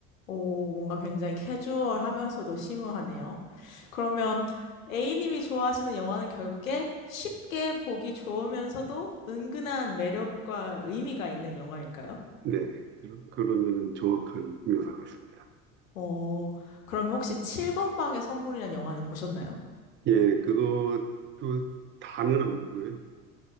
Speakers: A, on the left (about 70°); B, on the right (about 30°).
A: 오, 뭔가 굉장히 캐주얼하면서도 심오하네요. 그러면 A님이 좋아하시는 영화는 결국에 쉽게 보기 좋으면서도 은근한 매력과 의미가 있는 영화일까요?
B: 네. 그러, 면은 정확한 묘사 같습니다.
A: 어, 그러면 혹시 7번 방의 선물이라는 영화는 보셨나요?
B: 예, 그것도 다는 안 보고요.